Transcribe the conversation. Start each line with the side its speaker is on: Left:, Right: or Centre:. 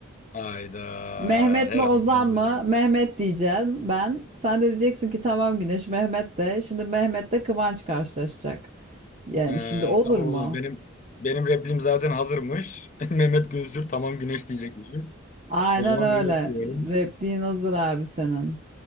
Left: Hayda.
Right: Mehmet
Left: Herhalde
Right: mi Ozan
Left: bana
Right: mı?
Left: böyle geliyor.
Right: Mehmet diyeceğim ben. Sen de diyeceksin ki tamam Güneş Mehmet de. Şimdi Mehmet'le Kıvanç karşılaşacak. Yani
Left: Ee,
Right: şimdi olur
Left: tamam
Right: mu?
Left: oğlum benim benim replim zaten hazırmış. <laughs> Mehmet Günsür tamam güneş diyecekmişim.
Right: Aynen
Left: O zaman
Right: öyle.
Left: Mehmet diyorum.
Right: Repliğin hazır abi senin.